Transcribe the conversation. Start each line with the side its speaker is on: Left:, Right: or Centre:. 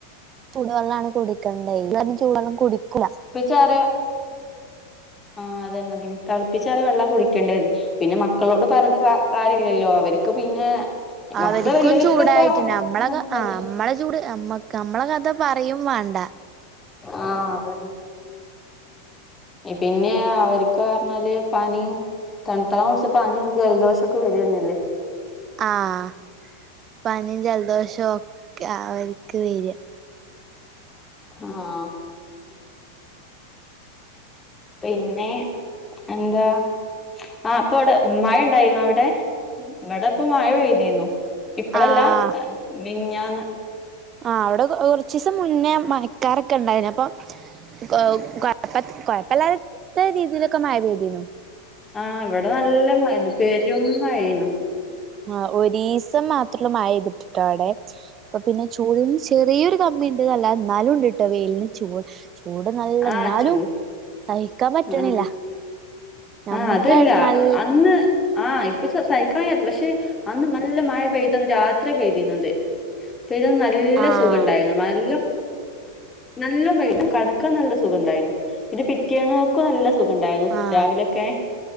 Right: ചൂടുവെള്ളമാണ് കുടിക്കേണ്ടത് ഈ ചൂടുവെള്ളം കുടിക്കില്ല
Left: തെളപ്പിച്ച് ആറിയ ആഹ് അത് തന്നെ തെളപ്പിച്ചാറിയ വെള്ളം കുടിക്കേണ്ടേ പിന്നെ - ഇവറ്റകളോട് പറഞ്ഞിട്ട് കാര്യമില്ലല്ലോ അവർക്ക് പിന്നെ-
Right: അവർക്കും
Left: മക്കള് വലിയവരൊക്കെ
Right: ചൂടായിട്ടു
Left: ഇപ്പൊ
Right: നമ്മളക്കെ
Left: അങ്ങനൊക്കെ തന്നെ
Right: ആ നമ്മളെ ചൂട് നമ്മ- നമ്മളെ കഥ പറയും വേണ്ട
Left: ആഹ് അത് തന്നെ പിന്നെ അവർക്ക് പറഞ്ഞാല് പനിയും- തണുത്ത വെള്ളം കുടിച്ച പനിയും ജലദോഷം ഒക്കെ വരുന്നല്ലേ
Right: ആഹാ പനിയും ജലദോഷവും ഒക്കെ അവർക്ക് വരും
Left: ആഹാ പിന്നെ എന്താ ആഹ് അപ്പൊ അവിടെ മഴ ഇണ്ടായിന്നോ അവിടെ ഇവിടെ ഇപ്പോ മഴ പെയ്തിനു ഇപ്പളല്ല
Right: ആഹ്
Left: മിനിഞ്ഞാന്ന്
Right: ആഹ് അവിടെ കൊറച്ച് ദിവസം മുന്നേ മയക്കാരൊക്കെ ഉണ്ടായിന് അപ്പൊ- ഓഹ് കൊഴപ്പ കൊഴപ്പല്ലാത്ത രീതീലൊക്കെ മഴ പെഴ്തീനു
Left: ആഹ് ഇവിടെ നല്ല മഴേനു പെരും മഴേനു
Right: ആ ഒരീസം മാത്രള്ളൂ മഴ പെയ്തിട്ടിട്ടോ ഇവിടെ അപ്പൊ പിന്നെ ചൂടും ചെറിയൊരു കമ്മി ഉണ്ട് ന്നല്ലാതെ എന്നാലും ഉണ്ട്ട്ടോ വെയിലിന് ചൂട് ചൂട് നല്ല
Left: ആഹ്
Right: എന്നാലും
Left: ചൂട്
Right: സഹിക്കാൻ പറ്റണില്ല
Left: ആഹ്
Right: ഞമ്മക്ക്
Left: ആഹ് അതല്ല
Right: നല്ല
Left: അന്ന് ആഹ് ഇപ്പൊ സഹിക്കാത് പക്ഷെ അന്ന് നല്ല മഴ പെയ്തന്ന് രാത്രി പെയ്തിന്നത് പെരും നല്ല
Right: ആഹ്
Left: സുഖം ഉണ്ടായിരുന്നു നല്ല നല്ലോം പെയ്യും കടക്കാൻ നല്ല സുഖം ഉണ്ടായിരുന്നു പിന്നെ പിറ്റെ പിറ്റേന്നോക്കും നല്ല സുഖം ഉണ്ടായിരുന്നു
Right: ആഹ്
Left: രാവിലൊക്കെ